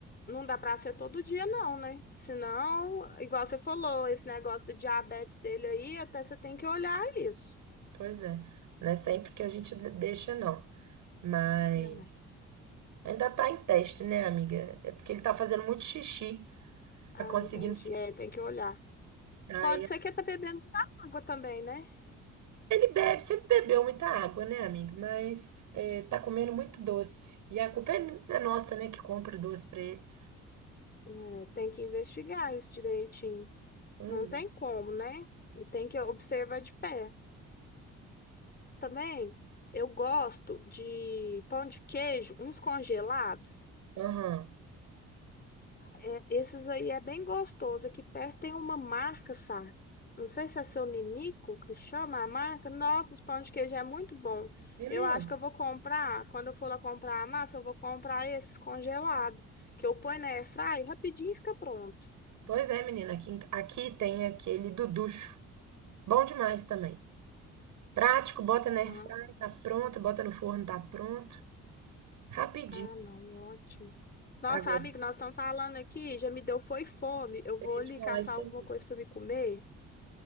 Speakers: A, on the left; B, on the right.
A: não dá para ser todo dia não, né? Senão, igual você falou, esse negócio do diabetes dele aí, até você tem que olhar isso.
B: Pois é. Não é sempre que a gente de- deixa, não. Mas
A: né?
B: ainda tá em teste, né, amiga? É porque ele tá fazendo muito xixi,
A: Ah,
B: tá conseguindo
A: entendi.
B: se.
A: É, tem que olhar.
B: Aí
A: Pode ser que tá bebendo muita água também, né?
B: Ele bebe, sempre bebeu muita água, né, amigo? Mas é, tá comendo muito doce. E a culpa é, mi- é nossa, né, que compra o doce pra ele.
A: É, tem que investigar isso direitinho.
B: Pois
A: Não tem
B: é.
A: como, né? Tem que observar de pé. Também eu gosto de pão de queijo, uns congelados.
B: Aham.
A: É, esses aí é bem gostoso. Aqui perto tem uma marca, sabe? Não sei se é seu Ninico que chama a marca. Nossa, os pão de queijo é muito bom.
B: É mesmo.
A: Eu acho que eu vou comprar. Quando eu for lá comprar a massa, eu vou comprar esses congelados. Que eu ponho na airfryer, rapidinho fica pronto.
B: Pois é, menina. Aqui, em- aqui tem aquele duducho. Bom demais também. Prático, bota na
A: Ah,
B: airfryer, tá pronto. Bota no forno, tá pronto. Rapidinho.
A: ah, não, ótimo. Nossa,
B: Agora,
A: amigo, nós estamos falando aqui, já me deu foi fome. Eu vou
B: eu ia
A: ali
B: te falar
A: caçar
B: isso
A: alguma
B: também.
A: coisa para me comer